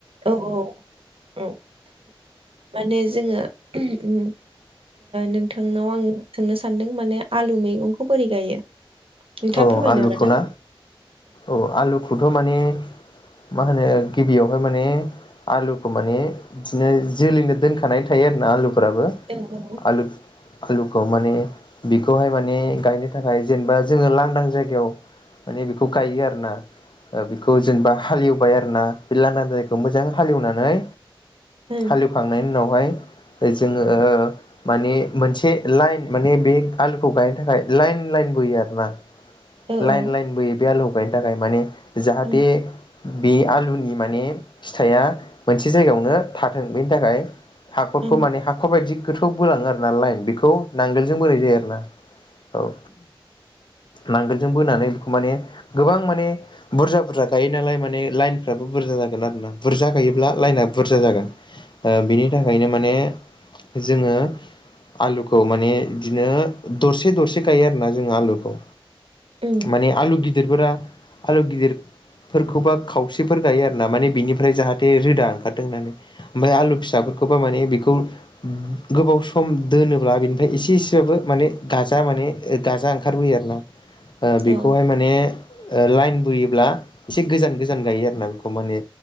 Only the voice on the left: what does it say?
औ
आलुखौ
ना औ आलुखौथ' माने मा होनो गिबियावहाय माने आलुखौ माने बिदिनो जोलैनो दोनखानाय थायो आरोना आलुखौ फोराबो
आलु आलुखौ माने बेखौहाय माने गायनो थाखाय जेनेबा जोङो लांदां जायगायाव माने बेखौ गायो आरोना। बेखौ जेनेबा हालएव बाय आरो ना बे लांदां जायगायाव मोजां हालेनानै
हाललिवखांनायनि नावहाय जोङो माने मोनसे लाइन माने बे आलुखौ गायनो थाखाय लाइन लाइन बोयो आरो बा
लाइन
लाइनबोयो बे आलु गायनो थाखाय माने जाहाथे
बे आलुनि माने फिथाइया मोनसे जायगायावनो थाथों बेनि थाखाय हाखरखौ
माने हाखर बायदि गोथौआव बोलाङो आरो ना लाइन बेखौ नांगोलजों बोराय जायो आरो ना औ। नांगोलजों बोनानै बेखौ माने गोबां माने बुरजा बुरजा गायो नालाय माने लाइनफ्राबो बुरजा जागोन आरो ना बुरजा गायोब्ला लाइनाआ बुरजा जागोन। बिनि थाखायनो माने जोङो आलुखौ माने बिदिनो दरसे दरसे गायो आरोना जोङो आलुखौ।
माने आल गिद गिदिरफोरा आलु गिदिरफोरखौबा खावसेफोर गायो आर ना माने बिनिफ्राय जाहाथे रोदा ओंखारदों होननानै। ओमफ्राय आलु फिसाफोरखौबा माने बेखौ खौ गोबाव सम दोनोब्ला बेनिफ्राय एसे एसेबाबो माने गाजा माने गाजा ओंखारबोयो आरोना।
बेखौहाय माने ओ लाइन बोयोब्ला एसे गोजान-गोजान गायो आरोना बेखौ माने